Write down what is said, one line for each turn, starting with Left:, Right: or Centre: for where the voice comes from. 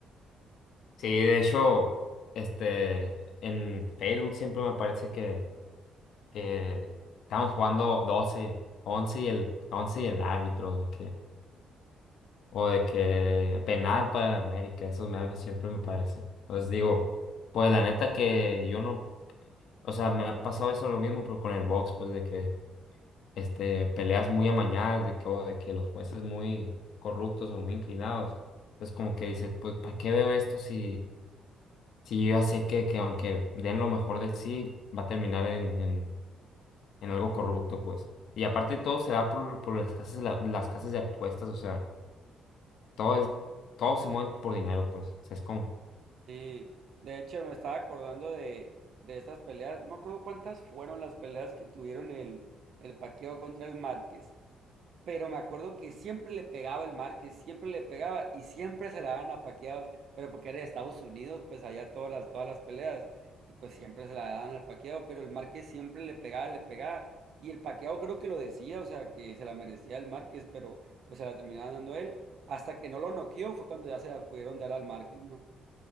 Left: Sí, de hecho, este, en Facebook siempre me parece que, que estaban jugando 12 once y el, 11 y el árbitro, de que, o de que penal para el América, esos memes siempre me parecen. Os digo, pues la neta que yo no, o sea, me ha pasado eso lo mismo, pero con el box, pues de que este, peleas muy amañadas de que, o de que los jueces muy corruptos o muy inclinados. Entonces como que dices, pues, ¿para qué veo esto si, si yo ya sé que, que aunque den lo mejor de sí, va a terminar en, en, en algo corrupto, pues? Y aparte todo se da por, por las casas, la- las casas de apuestas, o sea, todo es, todo se mueve por dinero, pues. O sea, es como...
Right: Sí, de hecho me estaba acordando de, de estas peleas, no me acuerdo cuántas fueron las peleas que tuvieron el, el Paquiao contra el Márquez. pero me acuerdo que siempre le pegaba el Márquez, siempre le pegaba y siempre se la daban a Pacquiao, pero porque era de Estados Unidos, pues allá todas las, todas las peleas, y pues siempre se la daban al Pacquiao, pero el Márquez siempre le pegaba, le pegaba, y el Pacquiao creo que lo decía, o sea, que se la merecía el Márquez, pero pues se la terminaba dando él, hasta que no lo noqueó, fue cuando ya se la pudieron dar al Márquez, ¿no?